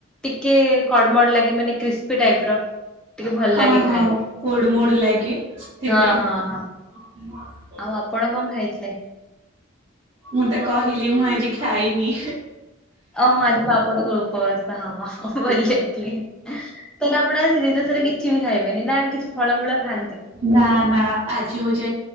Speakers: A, in the centre; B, on the right (about 25°).
A: ଟିକେ କଡମଡ ଲାଗେ ମାନେ କ୍ରିସ୍ପି ଟାଇପ ର। ଟିକେ ଭଲ
B: ହଁ
A: ଲାଗେ
B: ହଁ
A: ଖାଇବାକୁ।
B: କୋଡ୍ ମୋଡ୍ ଲାଗେ ସେଥିପାଇଁ।
A: ହଁ ହଁ ହଁ।
B: <inaudible>
A: ଆଉ ଆପଣ କଣ ଖାଇଥିଲେ?
B: ମୁଁ ତ କହିଲି, ମୁଁ ଆଜି ଖାଇନି।
A: ଓ ହୋ ଆଜି ବା ଆପଣଙ୍କ ଉପବାସ ତ ହଁ ଭୁଲିଯାଇଥିଲି। ତାହେଲେ ଆପଣ ଆଜି ଦିନ ସାରା କିଛି ବି ଖାଇବେନି, ନା କିଛି ଫଳମୂଳ ଖାଆନ୍ତି?
B: ନା ନା ଆଜି ହଉଛି